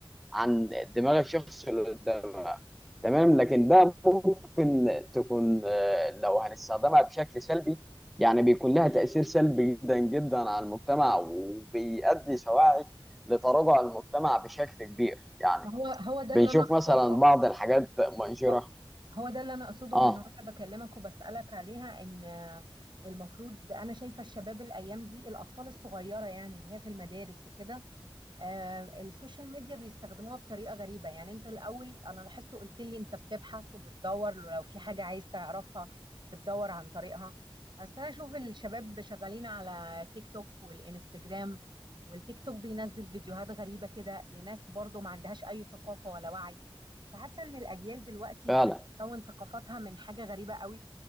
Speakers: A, in the centre; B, on the right.
A: عن دماغ الشخص اللي قدامها تمام لكن ده ممكن تكون آه، لو هنستخدمها بشكل سلبي يعني بيكون لها تأثير سلبي جدا جدا على المجتمع وبيؤدي سواعي لتراجع المجتمع بشكل كبير يعني
B: ما هو هو ده
A: بنشوف
B: اللي انا اقصده
A: مثلا بعض الحاجات منشورة
B: هو هو ده اللي انا اقصده
A: اه
B: من وانا بكلمك وبسالك عليها ان آه، المفروض انا شايفه الشباب الايام دي الاطفال الصغيره يعني اللي هي في المدارس وكده آه، السوشيال ميديا بيستخدموها بطريقة غريبة يعني انت الاول انا لاحظت قلت لي انت بتبحث وبتدور لو في حاجة عايز تعرفها بتدور عن طريقها بس انا اشوف الشباب شغالين على تيك توك والانستجرام والتيك توك بينزل فيديوهات غريبة كده لناس برضو ما عندهاش اي ثقافة ولا وعي فحاسة ان الاجيال دلوقتي
A: فعلا
B: بتكون ثقافتها من حاجة غريبة قوي